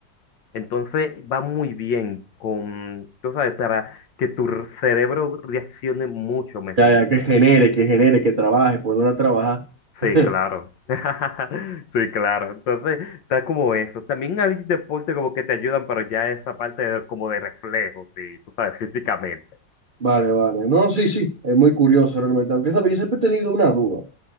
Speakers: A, on the left (about 80°); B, on the right (about 55°).
A: Entonces va muy bien con, tú sabes, para que tu cerebro reaccione mucho mejor.
B: Ya, ya, que genere, que genere, que trabaje, poner a trabajar.
A: Sí,
B: <laughs>
A: claro. <laughs> Sí, claro. Entonces, está como eso. También hay deportes como que te ayudan, pero ya esa parte de- como de reflejos, sí, tú sabes, físicamente.
B: Vale, vale. No, sí, sí, es muy curioso realmente. Aunque, ¿sabes? Yo siempre he tenido una duda